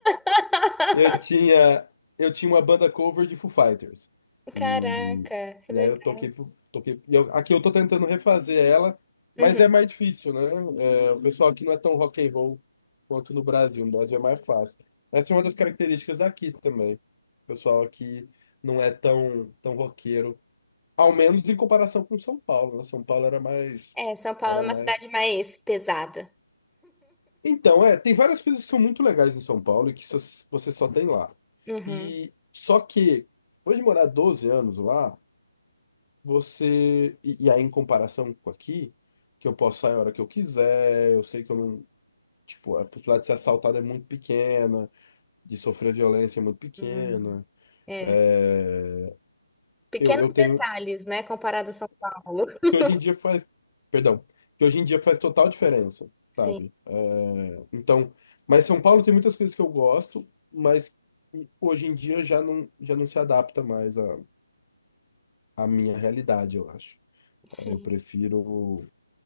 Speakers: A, in the centre; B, on the left (about 40°).
A: <laughs>
B: Eu tinha, eu tinha uma banda cover de Foo Fighters.
A: Caraca,
B: E,
A: que
B: e
A: legal.
B: aí eu toquei, pro- toquei e eu- aqui eu tô tentando refazer ela,
A: Uhum.
B: mas é mais difícil, né? É, o pessoal aqui não é tão rock and roll quanto no Brasil. No Brasil é mais fácil. Essa é uma das características aqui também. O pessoal aqui não é tão, tão roqueiro, ao menos em comparação com São Paulo, né? São Paulo era mais,
A: É, São Paulo
B: era
A: é uma
B: mais
A: cidade mais pesada.
B: então, é, tem várias coisas que são muito legais em São Paulo e que só- você só tem lá.
A: Uhum.
B: E só que, depois de morar 12 anos lá, você. E, e aí, em comparação com aqui, que eu posso sair a hora que eu quiser, eu sei que eu não. Tipo, a possibilidade de ser assaltado é muito pequena, de sofrer violência é muito pequena.
A: Hum. É.
B: É,
A: Pequenos
B: eu, eu tenho.
A: detalhes, né, comparado a São Paulo. <laughs>
B: que hoje em dia faz, perdão, que hoje em dia faz total diferença,
A: Sim,
B: sabe? É, então, mas São Paulo tem muitas coisas que eu gosto, mas que hoje em dia já não, já não se adapta mais à, à minha realidade, eu acho.
A: sim.
B: Eu prefiro,